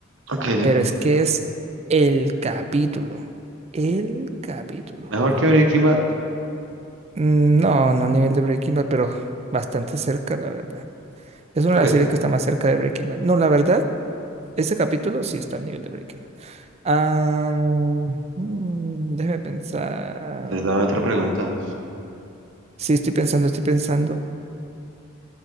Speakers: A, on the right; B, on the right.
A: Ok.
B: pero es que es el capítulo, el capítulo.
A: Mejor que Breaking Bad.
B: Mm, No, no al nivel de Breaking Bad, pero bastante cerca, la verdad. Es una
A: Ok.
B: de las series que está más cerca de Breaking Bad. No, la verdad, ese capítulo sí está al nivel de Breaking Bad. Ah, mm, déjeme pensar.
A: Entonces dame otra pregunta.
B: Sí, estoy pensando, estoy pensando.